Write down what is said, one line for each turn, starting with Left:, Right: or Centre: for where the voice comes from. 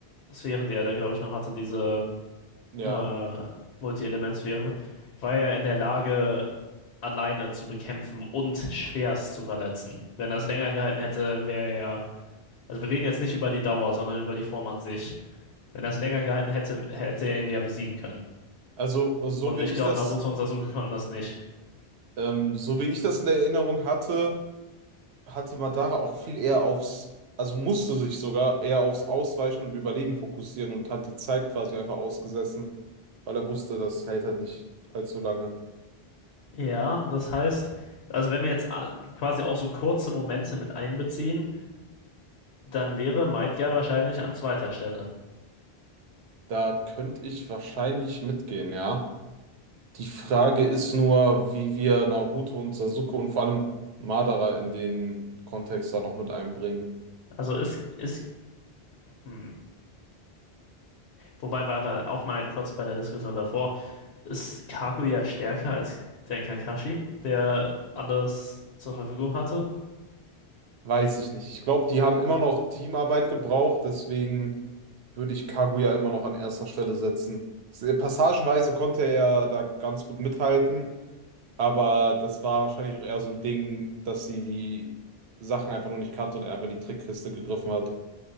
Left: Sphären, die er da, glaube ich, noch hatte, diese
Right: Ja.
Left: äh, Multi-Element-Sphären, war er in der Lage, alleine zu bekämpfen und schwerst zu verletzen. Wenn das länger gehalten hätte, wäre er ja. Also wir reden jetzt nicht über die Dauer, sondern über die Form an sich. Wenn er es länger gehalten hätte, hätte er ihn ja besiegen können.
Right: Also, so
Left: Und
Right: wie ich
Left: ich glaube,
Right: das,
Left: Naruto und Sasuke konnten das nicht.
Right: ähm, so wie ich das in der Erinnerung hatte, hatte Madara auch viel eher aufs, also musste sich sogar eher aufs Ausweichen und Überleben fokussieren und hat die Zeit quasi einfach ausgesessen, weil er wusste, das hält halt nicht allzu lange.
Left: Ja, das heißt, also wenn wir jetzt a- quasi auch so kurze Momente mit einbeziehen, dann wäre Madara wahrscheinlich an zweiter Stelle.
Right: Da könnte ich wahrscheinlich mitgehen, ja. Die Frage ist nur, wie wir Naruto und Sasuke und vor allem Madara in den Kontext da noch mit einbringen.
Left: Also ist, ist, hm. Wobei, weil wir auch mal kurz bei der Diskussion davor, ist Kaguya stärker als der Kakashi, der alles zur Verfügung hatte?
Right: Weiß ich nicht. Ich glaube, die haben immer noch Teamarbeit gebraucht, deswegen würde ich Kaguya ja immer noch an erster Stelle setzen. Se- Passagenweise konnte er da ganz gut mithalten, aber das war wahrscheinlich auch eher so ein Ding, dass sie die Sachen einfach noch nicht kannte und er einfach in die Trickkiste gegriffen hat.